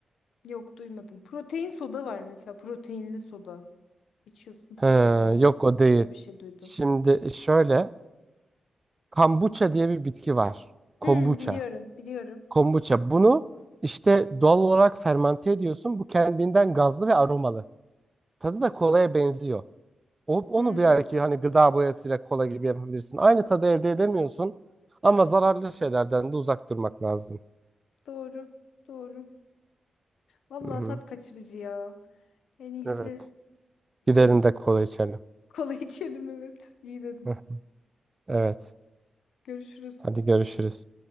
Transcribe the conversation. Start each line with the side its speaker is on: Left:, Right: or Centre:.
Left: Yok duymadım. Protein soda var mesela. Proteinli soda. İçiyorsun,
Right: He,
Left: protein alıyorsun.
Right: yok o değil.
Left: Öyle bir şey duydum.
Right: Şimdi şöyle. Kombucha diye bir bitki var. Kombucha.
Left: Hmm, biliyorum, biliyorum.
Right: Kombuça. Bunu işte doğal olarak fermante ediyorsun. Bu kendinden gazlı ve aromalı. Tadı da kolaya benziyor. O, onu
Left: Hmm,
Right: belki hani gıda boyasıyla kola gibi yapabilirsin. Aynı tadı elde edemiyorsun. Ama zararlı şeylerden de uzak durmak lazım.
Left: doğru, doğru. Vallahi
Right: Hı hı.
Left: tat kaçırıcı ya. En iyisi
Right: Evet. Gidelim
Left: gidip
Right: de kola içelim.
Left: kola <laughs> içelim evet. İyi dedin.
Right: Hı. Evet.
Left: Görüşürüz.
Right: Hadi görüşürüz.